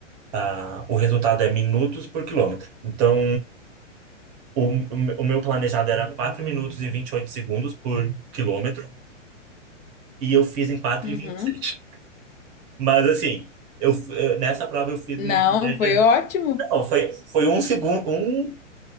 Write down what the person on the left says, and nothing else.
Uhum.
Não,
foi ótimo.